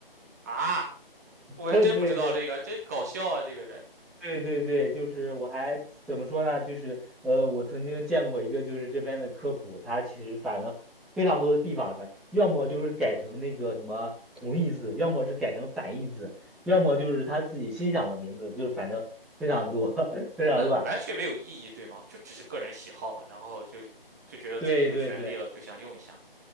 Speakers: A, on the right; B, in the centre.
A: 啊！我还真不知道这个，
B: <laughs> 对对，
A: 真搞笑啊！这个人，
B: 对对对，就是我还怎么说呢？就是呃，我曾经见过一个，就是这边的科普，它其实反正非常多的地方吧，要么就是改成那个什么同义字，要么是改成反义字，要么就是他自己心想的名字，就是反正非常多，<laughs> 非常乱。
A: 那完全没有意义，对吗？就只是个人喜好，然后就就觉得自己有权利了，
B: 对对对。
A: 就想用一下。